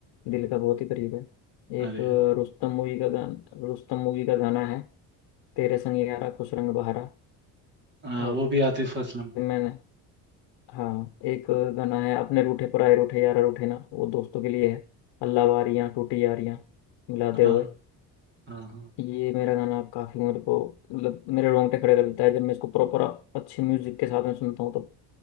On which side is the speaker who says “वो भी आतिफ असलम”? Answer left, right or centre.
Right